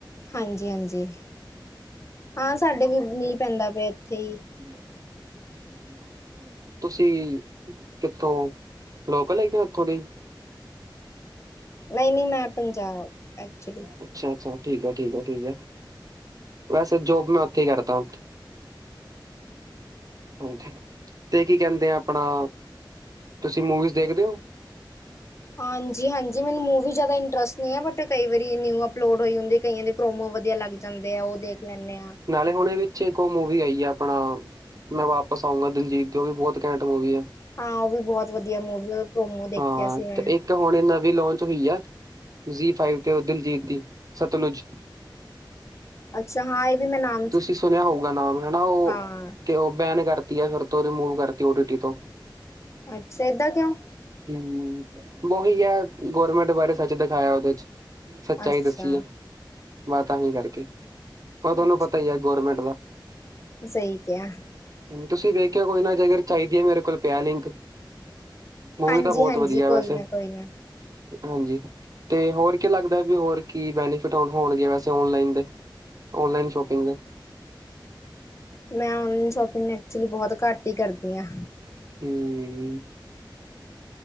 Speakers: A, on the left; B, on the right.
A: ਹਾਂਜੀ ਹਾਂਜੀ, ਹਾਂ ਸਾਡੇ ਵੀ ਨੀ ਪੈਂਦਾ ਪਿਆ ਇੱਥੇ ਹੀ।
B: ਹੂੰ, ਤੁਸੀਂ ਕਿੱਥੋਂ ਲੋਕਲ ਹੈਗੇ ਓ ਉੱਥੋਂ ਦੇ।
A: ਨਹੀਂ ਨਹੀਂ, ਮੈਂ ਪੰਜਾਬ ਐਚੁੱਲੀ
B: ਅੱਛਾ ਅੱਛਾ, ਠੀਕ ਆ ਠੀਕ ਆ, ਠੀਕ ਆ। ਵੈਸੇ ਜੋਬ ਮੈਂ ਉੱਥੇ ਹੀ ਕਰਦਾ। ਹਾਂਜੀ ਤੇ ਕੀ ਕਹਿੰਦੇ ਆ ਆਪਣਾ ਤੁਸੀਂ ਮੂਵੀਜ਼ ਦੇਖਦੇ ਹੋ।
A: ਹਾਂਜੀ ਹਾਂਜੀ, ਮੈਨੂੰ ਮੂਵੀ ਜ਼ਿਆਦਾ ਇੰਟਰਸਟ ਨਹੀਂ ਹੈ ਬਟ ਕਈ ਵਾਰੀ ਨਿਊ ਅਪਲੋਡ ਹੋਈ ਹੁੰਦੇ ਕਈਆਂ ਦੇ। ਪ੍ਰੋਮੋ ਵਧੀਆ ਲੱਗ ਜਾਂਦੇ ਆ ਉਹ ਦੇਖ ਲੈਂਦੇ ਆ।
B: ਨਾਲੇ ਹੁਣੇ ਵਿੱਚ ਇੱਕ ਉਹ ਮੂਵੀ ਆਈ ਆ ਆਪਣਾ ਮੈਂ ਵਾਪਸ ਆਊਂਗਾ ਦਿੱਲ੍ਹੀ ਉਹ ਵੀ ਬਹੁਤ ਘੈਂੰਟ ਮੂਵੀ ਐ।
A: ਹਾਂ, ਉਹ ਵੀ ਬਹੁਤ ਵਧੀਆ ਮੂਵੀ ਪ੍ਰੋਮੋ ਦੇਖਿਆ
B: ਹਾਂ
A: ਸੀ ਮੈਂ
B: ਇੱਕ ਹੁਣ ਇਹ ਨਵੀਂ ਲਾਂਚ ਹੋਈ ਆ ਜੀ ਫਾਈਵ ਤੇ ਦਿਲਜੀਤ ਦੀ ਸਤਲੁਜ
A: ਅੱਛਾ ਹਾਂ ਇਹ ਵੀ ਮੈਂ ਨਾਮ
B: ਤੁਸੀਂ ਸੁਣਿਆ ਹੋਊਗਾ ਨਾਮ ਹਨਾ ਉਹ
A: ਹਾਂ
B: ਤੇ ਉਹ ਬੈਨ ਕਰਤੀ ਆ ਫਿਰ ਤੋਂ ਰਿਮੂਵ ਕਰਤੀ ਓਟੀ ਟੀ ਤੋਂ
A: ਅੱਛਾ ਏਦਾਂ ਕਿਉਂ।
B: ਹੂੰ, ਉਹੀ ਆ ਗੌਰਮੈਂਟ ਬਾਰੇ ਸੱਚ ਦਿਖਾਇਆ ਉਹਦੇ ਚ। ਸੱਚਾਈ
A: ਅੱਛਾ
B: ਦੱਸੀ ਆ ਬਾ ਤਾਂਹੀ ਕਰਕੇ ਹੋਰ ਤੁਹਾਨੂੰ
A: ਅੱਛਾ
B: ਪਤਾ <unintelligible> ਗੌਰਮੈਂਟ ਦਾ
A: ਸਹੀ ਕਿਹਾ
B: ਤੁਸੀਂ ਵੇਖਿਆ ਕੋਈ ਨਾ ਜੇਕਰ ਚਾਹੀਦੀ ਏ, ਮੇਰੇ ਕੋਲ ਪਿਆ ਲਿੰਕ। ਮੂਵੀ
A: ਹਾਂਜੀ
B: ਤਾਂ ਬਹੁਤ
A: ਹਾਂਜੀ
B: ਵਧੀਆ
A: ਕੋਈ
B: ਵੈਸੇ।
A: ਨਾ ਕੋਈ ਨਾ
B: ਹਾਂਜੀ, ਤੇ ਹੋਰ ਕੀ ਲੱਗਦਾ ਵੀ ਹੋਰ ਕੀ ਬੈਨੀਫਿਟ ਹੋਣਗੇ ਵੈਸੇ ਓਨਲਾਈਨ ਦੇ। ਔਨਲਾਈਨ ਸ਼ੋਪਿੰਗ ਦਾ।
A: ਮੈਂ ਔਨਲਾਈਨ ਸ਼ੋਪਿੰਗ ਐਕਚੁਲੀ ਬਹੁਤ ਘੱਟ ਹੀ ਕਰਦੀ ਹਾਂ।
B: ਹੂੰ,